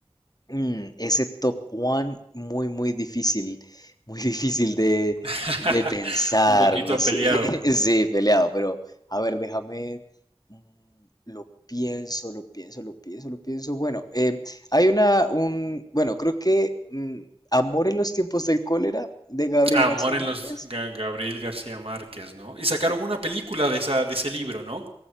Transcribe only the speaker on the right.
<laughs>
Un poquito
peleado.
Amor
en los Ga- Gabriel García Márquez, ¿no? Y sacaron
una película de esa, de ese libro, ¿no?